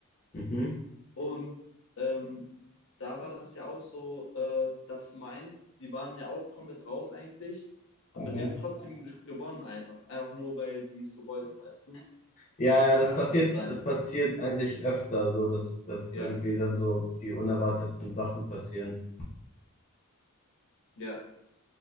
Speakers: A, on the left; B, on the left.
A: Mhm.
B: Und ähm, da war das ja auch so, äh, dass Mainz, die waren ja auch komplett raus eigentlich, aber
A: Mhm.
B: die haben trotzdem ge- gewonnen einfach. Einfach nur, weil die es so wollten, weißt du?
A: Ja, ja,
B: Kann
A: das
B: halt
A: passiert,
B: auch sein.
A: das passiert eigentlich öfter, so dass, dass
B: Ja,
A: irgendwie dann so die unerwartetsten Sachen passieren.
B: ja.